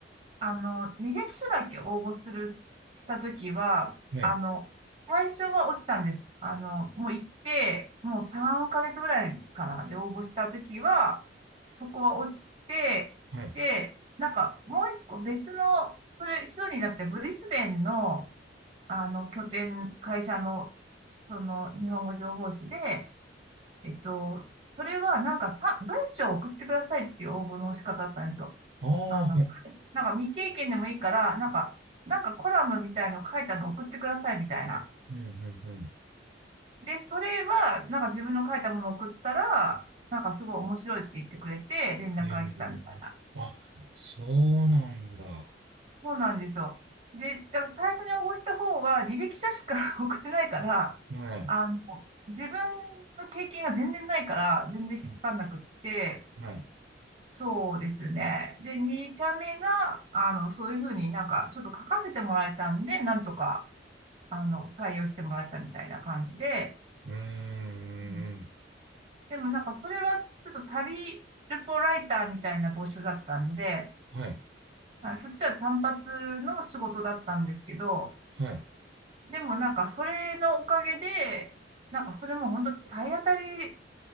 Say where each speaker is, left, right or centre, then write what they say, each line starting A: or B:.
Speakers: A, on the right; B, on the right.
A: あの、履歴書だけ応募する、したときは、
B: はい、
A: あの、最初は落ちたんです。あの、もう行って、もう3ヶ月ぐらいかな。で、応募したときは、そこは落ちて、
B: はい。
A: で、なんか、もう一個別の、それ、シドニーじゃなくて、ブリスベンの、あの、拠点、会社の、その、日本語情報誌で、えっと、それはなんかさ、文章を送ってくださいっていう応募の仕方だったんですよ。
B: ああ、
A: あの、
B: はい。
A: なんか未経験でもいいから、なんか、なんかコラムみたいの書いたの送ってくださいみたいな。
B: うん、うん、うん。
A: で、それは、なんか自分の書いたものを送ったら、なんかすごい面白いって言ってくれて、連絡が来たみたいな。
B: ええあ、そうなんだ。は
A: そうなんですよ。で、だから最初に応募した方は履歴書しか <laughs> 送ってないから、
B: い、は
A: あの、自分の経験が全然ないから、全然引っかかんなくって、
B: い、はい。
A: そうですね。で、2社目が、あの、そういうふうになんか、ちょっと書かせてもらえたんで、なんとか、あの、採用してもらえたみたいな感じで、
B: うーん、
A: うんでもなんか、それはちょっと旅ルポライターみたいな募集だったんで、
B: はい、
A: あそっちは単発の仕事だったんですけど、
B: はい、
A: でもなんか、それのおかげで、なんか、それも本当体当たり